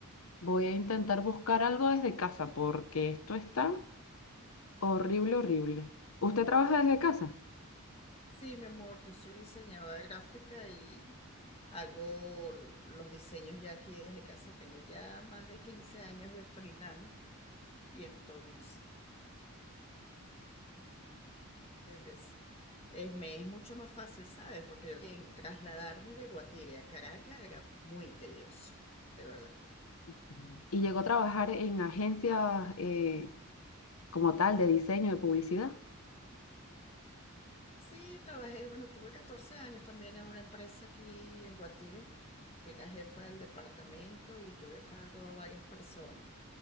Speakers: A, on the left (about 75°); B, on the left (about 25°).
A: voy a intentar buscar algo desde casa porque esto está... Horrible, horrible. ¿Usted trabaja desde casa?
B: Sí, mi amor, yo soy diseñadora gráfica y Hago los diseños ya aquí desde casa. Tengo ya más de 15 años de freelance y entonces es- me es mucho más fácil, ¿sabes? Porque yo en trasladarme de Guatire a Caracas era muy tedioso, de verdad.
A: Mm. Y llegó a trabajar en agencias eh, como tal de diseño, de publicidad.
B: Sí, trabajé, bueno, tuve 14 años también en una empresa aquí en Guatire. Fui la jefa del departamento y tuve a cargo a varias personas.